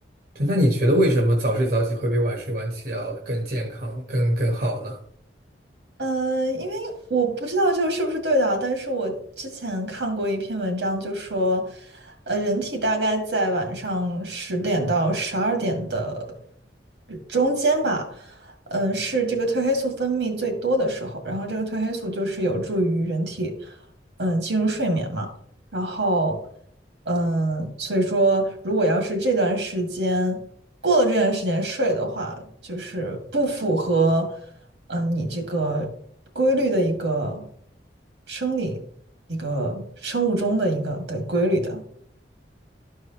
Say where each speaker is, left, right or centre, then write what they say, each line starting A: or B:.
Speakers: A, on the right (about 60°); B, on the right (about 80°).
A: 对，那你觉得为什么早睡早起会比晚睡晚起要更健康、更更好呢？
B: 嗯，因为我不知道这个是不是对的啊，但是我之前看过一篇文章，就说，呃，人体大概在晚上十点到十二点的中间吧，嗯、呃是这个褪黑素分泌最多的时候，然后这个褪黑素就是有助于人体，嗯、进入睡眠嘛。然后，嗯，所以说，如果要是这段时间过了这段时间睡的话，就是不符合，嗯，你这个规律的一个生理、一个生物钟的一个对规律的。